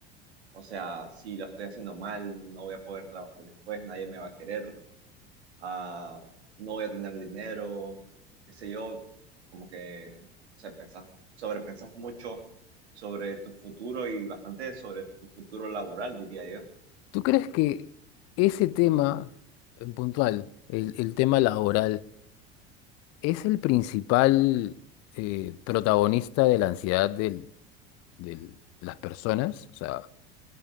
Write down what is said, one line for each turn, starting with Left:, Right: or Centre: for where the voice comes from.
Right: O sea, si lo estoy haciendo mal, no voy a poder trabajar después, nadie me va a querer, ah, no voy a tener dinero, qué sé yo, como que, o sea, pensás, sobrepensás mucho sobre tu futuro y bastante sobre tu futuro laboral, diría yo.
Left: ¿Tú crees que ese tema en puntual, el, el tema laboral, es el principal eh, protagonista de la ansiedad del- del- de las personas? O sea,